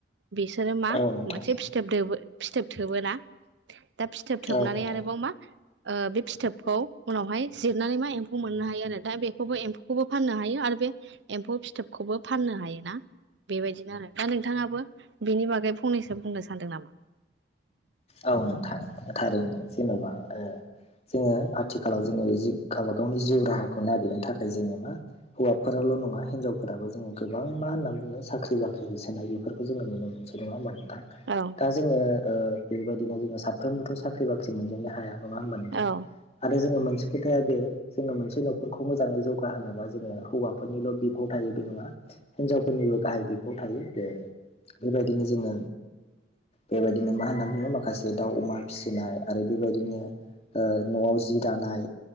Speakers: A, on the right; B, on the left.
A: बिसोरो मा
B: औ नोंथां
A: मोनसे फिथोबो दोबो फिथोब थोबोना दा फिथोब थोबनानै
B: औ नोंथां।
A: आरोबाव मा ओ बे फिथोबखौ उनावहाय जिरनानै मा एम्फौ मोननो हायो आरो दा बेखौबो एम्फौखौबो फाननो हायो आरो बे एम्फौ फिथोबखौ बो फाननो हायोना। बेबायदिनो आरो दा नोंथाङाबो बेनि बागै फंनैसो बुंनो सानदों नामा?
B: औ नोंथां थारैनो जेन'बा ओ जोङो आथिखालाव जोङो जि गावबा गावनि जिउ राहाखौ नागिरनो थाखाय जोङो मा हौवाफो रल' नंपङा हिनजावफोराबो जोङ गोबां मा होनना बुङो साख्रि बाख्रि होसोनाय बेफोरखौ जोङो नुनो मोनसै नङा होनबा। माने
A: औ
B: दा जोङो ओ बेबायदिनो जोङो साफ्रोमबोथ' साख्रि बाख्रि मोनजोबननो हाया नङा होनबा नोंथां
A: औ
B: आरो जों मोनसे खोथाया बे जोङो मोनसे न'खरखौ मोजाङै जौगाहोनोबा जोङो हौवाफोरनिल' बिफाव थायो बे नङा हिनजावफोरनिबो गाहाय बिफाव थायो। जे बेबायदिनो जोङो बेबायदिनो मा होनना नोङो माखासे दाउ अमा फिसिनाय आरो बेबायदिनो ओ न'आव जि दानाय